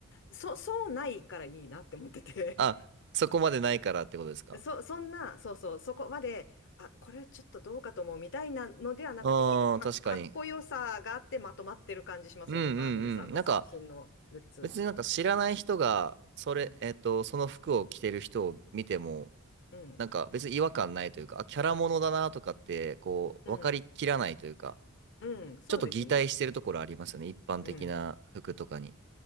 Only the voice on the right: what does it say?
あ、そこまでないからってことですか。
うん、確かに。
うんうんうん。なんか、別になんか知らない人が、それ、
えっと、その服を着てる人を見ても、
なんか別に違和感ないというか、あ、キャラものだなとかって、こう、
分かりきらないというか、
ちょっと擬態してるところありますよね。一般的な服とかに。